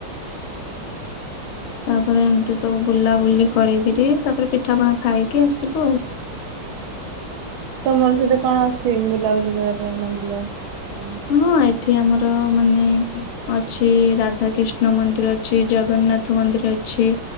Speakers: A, on the left; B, on the right.
A: ତାପରେ ଏମିତି ସବୁ ବୁଲାବୁଲି କରିକିରି ତାପରେ ପିଠାପଣା ଖାଇକି ଆସିଲୁ ଆଉ।
B: ତମର ସେଠି କଣ ଅଛି ବୁଲାବୁଲି କରିବା ପାଇଁ ମନ୍ଦିର କଣ?
A: ହଁ ଏଠି ଆମର ମାନେ ଅଛି ରାଧା କ୍ରିଷ୍ଣ ମନ୍ଦିର ଅଛି ଜଗନ୍ନାଥ ମନ୍ଦିର ଅଛି।